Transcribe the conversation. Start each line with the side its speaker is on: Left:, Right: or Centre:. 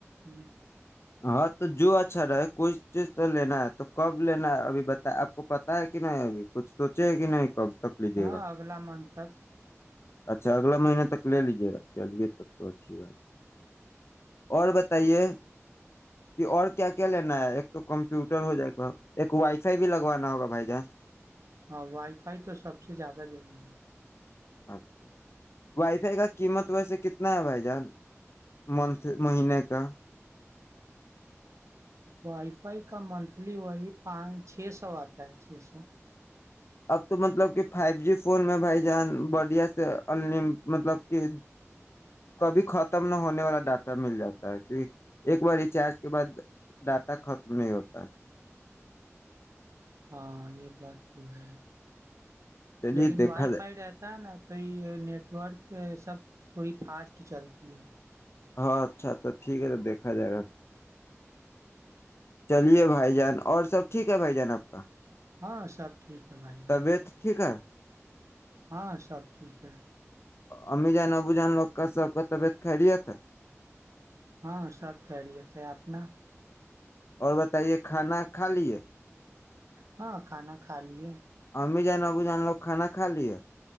Right: ہ
Left: ہاں تو جو اچھا رہے کوئی چیز تو لینا ہے تو کب لینا ہے ابھی بتا آپ کو پتا ہے کہ نہیں ابھی کچھ سوچے ہے کہ نہیں کب تک لیجیے
Right: ہاں
Left: گا
Right: اگلا منتھ تک
Left: اچھا اگلا مہینے تک لے لیجے گا چلیے تب تو اچھی بات اور بتائیے کہ اور کیا لینا ہے ایک تو کمپیوٹر ہو جائے گا ایک وائی فائی بھی لگوانا ہوگا بھائی جان
Right: ہاں وائی فائی تو سب سے زیادہ ضروری ہے
Left: اچھا وائی فائی کا قیمت ویسے کتنا ہے بھائی جان منتھ مہینے کا
Right: وائی فائی کا منتھلی وہی پانچ چھ سو آتا ہے چھ سو
Left: اب تو مطلب کہ فائیو جی فون میں بھائی جان بڑھیا سے ان مطلب کہ کبھی ختم نہ ہونے والا ڈاٹا مل جاتا ہے کی ایک بار ریچارج کے بعد ڈاٹا ختم نہیں ہوتا ہے
Right: ہاں یہ بات تو ہے
Left: چلیے
Right: لیکن
Left: دیکھا
Right: وائی
Left: جائے
Right: فائی رہتا ہے نا تو یہ نیٹورک سب تھوڑی فاسٹ چلتی ہے
Left: ہاں اچھاھا ٹھیک ہے تو دیکھا جائے گا چلیے بھائی جان اور سب ٹھیک ہے بھائی جان آپ کا
Right: ہاں سب ٹھیک ہے بھائی جان
Left: طبیعت ٹھیک ہے
Right: ہاں سب ٹھیک ہے
Left: امی جان ابو جان لوگ کا سب کا طبیعت خیریت ہے
Right: ہاں سب خیریت ہے اپنا
Left: اور بتائیے کھانا کھا لیے
Right: ہاں کھانا کھا لیے
Left: امی جان ابو جان لوگ کھانا کا لی ہے